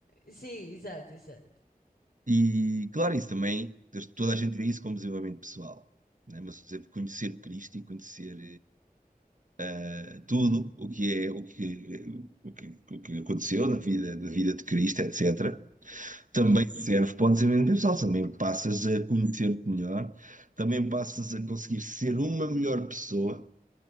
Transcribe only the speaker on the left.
Sim, exato, exato.
Uhum,